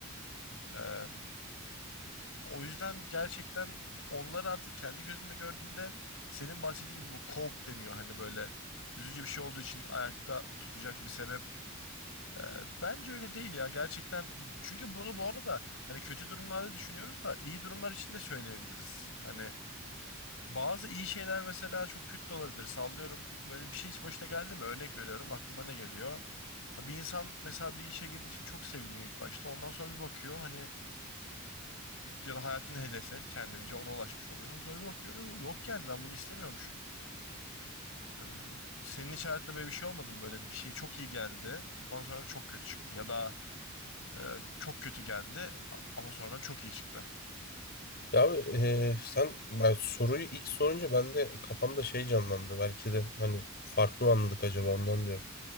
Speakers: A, on the left; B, on the left.
A: Ee, o yüzden gerçekten onları artık kendi gözümle gördüğümde senin bahsettiğin gibi bu cope deniyor. Hani böyle üzücü bir şey olduğu için ayakta tutacak bir sebep. Ee, bence öyle değil ya. Gerçekten çünkü bunu bu arada hani kötü durumlarda düşünüyoruz da iyi durumlar için de söyleyebiliriz. Hani Bazı iyi şeyler mesela çok kötü de olabilir. Sallıyorum böyle bir şey hiç başına geldi mi? Örnek veriyorum aklıma ne geliyor? Ha, Bir insan mesela bir işe girdiği için çok seviniyor ilk başta. Ondan sonra bir bakıyor hani ya da hayatın hedefi kendince ona ulaşmış oluyor. Sonra bir bakıyor "Yo- yok yani ben bunu istemiyormuşum. Ee, senin hiç hayatında böyle bir şey olmadı mı? Böyle bir şey çok iyi geldi. Ondan sonra çok kötü çıktı. Ya da e, çok kötü geldi a- ama sonradan çok iyi çıktı.
B: Ya abi, e, sen ben soruyu ilk sorunca ben de kafamda şey canlandı. Belki de hani farklı mı anladık acaba ondan diyorum.